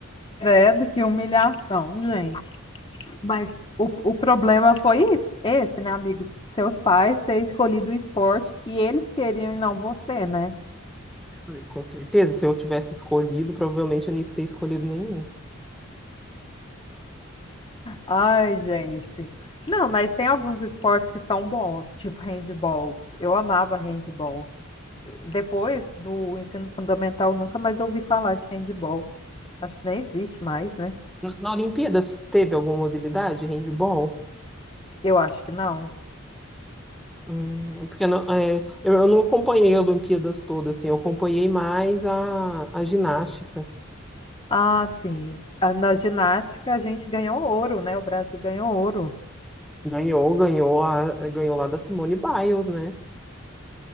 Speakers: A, on the left (about 25°); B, in the centre.
A: Credo, que humilhação, gente. Mas o, o problema foi isso, esse, né, amigo? Seus pais ter escolhido o esporte que eles queriam e não você, né?
B: Falei, com certeza, se eu tivesse escolhido, provavelmente eu não ia ter escolhido nenhum.
A: Ai, gente. Não, mas tem alguns esportes que são bons, tipo handball. Eu amava handball. Depois do ensino fundamental, nunca mais ouvi falar de handball. Acho que nem existe mais, né?
B: Na na Olimpíadas, teve alguma modalidade? Handball?
A: Eu acho que não.
B: Hum, porque não- é, eu, eu não acompanhei a Olimpíadas toda, assim, eu acompanhei mais a, a ginástica.
A: Ah, sim. Ah, Na ginástica a gente ganhou ouro, né? O Brasil ganhou ouro.
B: Ganhou, ganhou, a, ganhou lá da Simone Biles, né?